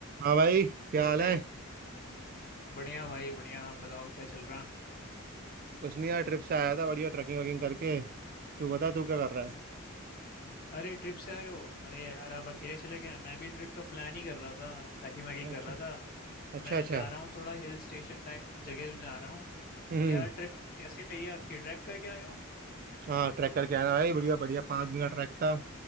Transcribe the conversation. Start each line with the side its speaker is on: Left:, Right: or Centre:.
Right: हाँ भाई क्या
Left: और
Right: हाल
Left: भाई
Right: है
Left: बढ़िया भाई बढ़िया आप बताओ क्या चल रहा
Right: कुछ नहीं यार ट्रिप से आया था बढ़िया ट्रैकिंग वैकिंग करके तू बता तू क्या कर रहा
Left: अरे ट्रिप से आए हो अरे यार आप अकेले चले गए मैं भी ट्रिप का प्लान ही कर रहा था पैकिंग वैकिंग
Right: है
Left: कर
Right: अच्छा
Left: रहा था
Right: अच्छा
Left: मैं
Right: अच्छा
Left: जा रहा हूँ थोड़ा हिल स्टेशन जगह जा रहा हूँ
Right: हम्म
Left: क्या ट्रिप कैसी रही है आपकी ट्रैक करके आए हो
Right: हाँ ट्रैक करके आया ना भाई बढ़िया बढ़िया पाँच दिन का ट्रैक था